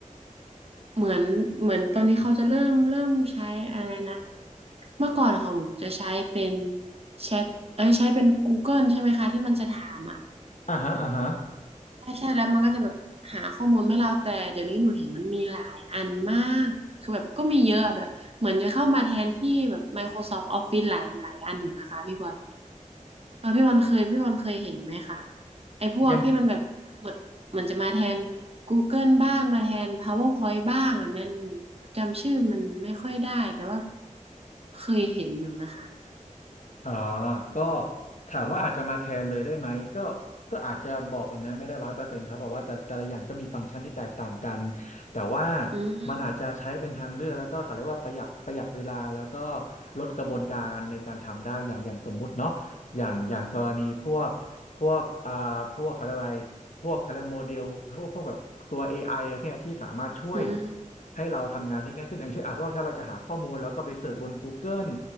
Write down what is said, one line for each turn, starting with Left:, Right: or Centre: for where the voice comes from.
Right: เหมือนเหมือนตอนนี้เขาจะเริ่มเริ่มใช้อะไรนะเมื่อก่อนของหนูจะใช้เป็นแชทเอ้ยใช้เป็น Google ใช่ไหมคะที่มันจะถามอ่ะ
Left: อ่าฮะอ่าฮะ
Right: ใช่ใช่แล้วมันก็จะแบบหาข้อมูลให้เราแต่เดี๋ยวนี้หนูเห็นมันมีหลายอันมากคือแบบก็มีเยอะอะแบบเหมือนจะเข้ามาแทนที่แบบ Microsoft Office หลายหลายอันอยู่นะคะพี่บอล เออพี่บันเคยพี่บอลเคยเห็นไหมคะไอ้พวกที่มันแบบเหมือนเหมือนจะมาแทน
Left: ยัง
Right: Google บ้างมาแทน PowerPoint บ้างแบบนั้นหนูหนูจำชื่อมันไม่ค่อยได้แต่ว่าเคยเห็นอยู่นะคะ
Left: อ่าก็ถามว่าอาจจะมาแทนเลยได้ไหมก็ก็อาจจะบอกแบบนั้นไม่ได้ร้อยเปอร์เซ็นต์ครับเพราะว่าแต่แต่ละอย่างก็มีฟังก์ชันที่แตกต่างกัน แต่ว่า
Right: อืม
Left: มันอาจจะใช้เป็นทางเลือกแล้วก็เขาเรียกว่าประหยัดประหยัดเวลาแล้วก็ลดกระบวนการในการทำได้อย่างอย่างสมมุติเนาะอย่างอย่างกรณีพวกพวกอ่าพวกเขาเรียกว่าอะไรพวกเขาเรียกโมเดลพวกพวกแบบตัว AI เนี่ยที่สามารถช่วย
Right: อืม
Left: ให้เราทำงานได้ง่ายขึ้นอย่างเช่นอาจจะว่าถ้าเราจะหาข้อมูลแล้วก็ไปเสิร์ชบน Google